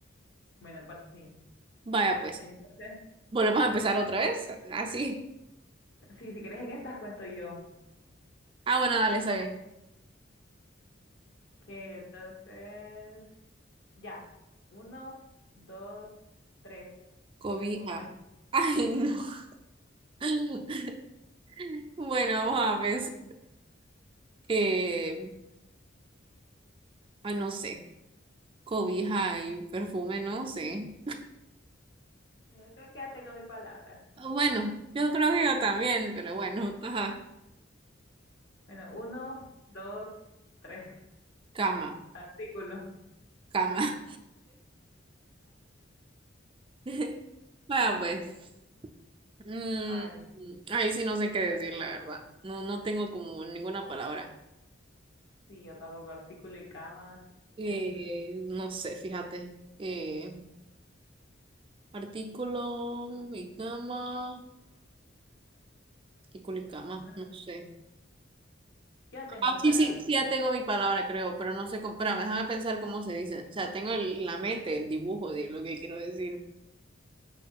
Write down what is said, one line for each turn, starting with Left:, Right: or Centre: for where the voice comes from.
Left: Bueno, por fin.
Right: Vaya, pues.
Left: Entonces,
Right: Volvemos a empezar otra vez. Así.
Left: sí, si quieres en estas cuento yo.
Right: Ah, bueno, dale, está bien.
Left: Que entonces, ya. Uno, dos, tres.
Right: Cobija.
Left: Perfume.
Right: Ay, no. <laughs> Bueno, vamos a pensar.
Left: Ah,
Right: eh, ay, no sé. cobija y perfume, no sé.
Left: bueno, yo creo que ya tengo mi palabra.
Right: Ah, Bueno, yo creo que yo también, pero bueno, ajá,
Left: Bueno, uno, dos, tres.
Right: cama,
Left: Artículo.
Right: cama. <laughs> Bueno, pues, mm,
Left: Ay,
Right: ahí sí no sé qué decir, la verdad. No, no tengo como ninguna palabra.
Left: sí, yo tampoco. Artículo y cama.
Right: Eh,
Left: eh,
Right: no sé, fíjate. Eh, artículo y cama, artículo y cama,
Left: bueno,
Right: no sé.
Left: yo
Right: Ah,
Left: tengo mi
Right: sí,
Left: palabra.
Right: sí, sí, ya tengo mi palabra, creo, pero no sé cómo, espérame, déjame pensar cómo se dice. O sea, tengo el- la mente, el dibujo de lo que quiero decir.